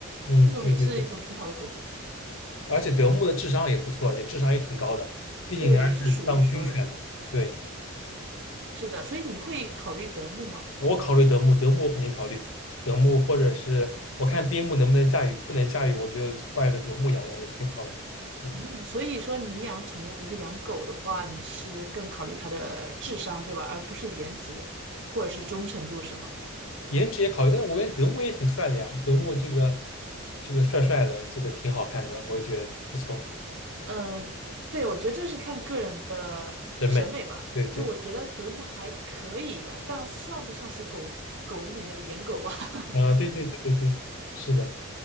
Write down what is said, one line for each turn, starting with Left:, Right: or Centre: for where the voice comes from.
Left: 嗯，
Right: 这种也是一种挺好的狗狗，
Left: 对对对，而且德牧的智商也不错，也智商也挺高的，毕竟人家是当军犬的，
Right: 对，也是数一数二的。
Left: 对。
Right: 是的，所以你会考虑德牧吗？
Left: 我考虑德牧，德牧我肯定考虑德牧，或者是我看边牧能不能驾驭，不能驾驭，我就换一个德牧养养也挺好的。嗯，
Right: 嗯，所以说你养宠物，比如说养狗的话，你是更考虑它的智商，对吧？而不是颜值或者是忠诚度，是吗？
Left: 颜值也考虑，但我感觉德牧也挺帅的呀，德牧这个这个帅帅的，这个挺好看的，我也觉得不错，
Right: 嗯，对，我觉得这是看个人的审美吧。
Left: 审美。对对，
Right: 就我觉得德牧还可以啊，但算不上是狗狗里面的颜狗吧？<laughs>
Left: 啊，对对对对对，是的。